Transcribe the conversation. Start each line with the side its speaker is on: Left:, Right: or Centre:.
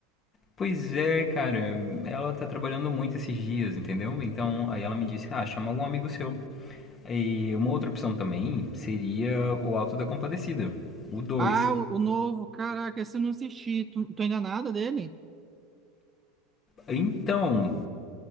Left: Pois é, cara, ela tá trabalhando muito esses dias, entendeu? Então, aí ela me disse: "Ah, chama algum amigo seu". E uma outra opção também seria o Auto da Compadecida, o dois
Right: Ah, o, o novo, caraca, esse eu não assisti. Tu, tu ainda nada dele?
Left: Então,